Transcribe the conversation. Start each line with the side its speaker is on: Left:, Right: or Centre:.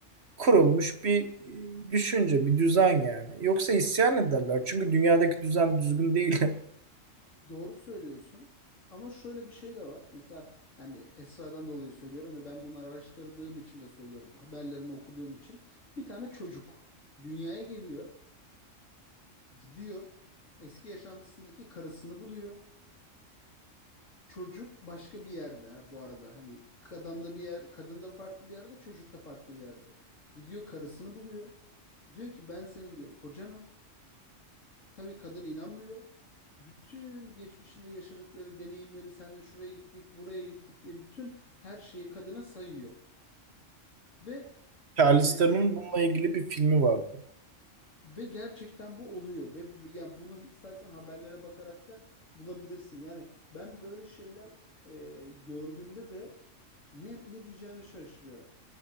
Right: kurulmuş bir e, düşünce, bir düzen yani. Yoksa isyan ederler. Çünkü dünyadaki düzen düzgün değil. <laughs>
Left: doğru söylüyorsun. Ama şöyle bir şey de var. Mesela yani Esra'dan dolayı söylüyorum ve ben bunu araştırdığım için de söylüyorum. Haberlerini okuduğum için. Bir tane çocuk dünyaya geliyor, gidiyor. Eski yaşantısındaki karısını buluyor. Çocuk başka bir yerde ha bu arada. Hani kadın da bir yer, kadın da farklı bir yerde, çocuk da farklı bir yerde. Gidiyor karısını buluyor. Diyor ki ben senin diyor kocanım. Tabii kadın inanmıyor. Bütün geçmişinde yaşadıkları deneyimleri seninle şuraya gittik, buraya gittik diye bütün her şeyi kadına sayıyor. Ve
Right: Charles
Left: e,
Right: Theron'un bununla ilgili bir filmi vardı.
Left: ve gerçekten bu oluyor ve yani bunu istersen haberlere bakarak da bulabilirsin. Yani ben böyle şeyler e, gördüğümde de ne ne diyeceğimi şaşırıyorum.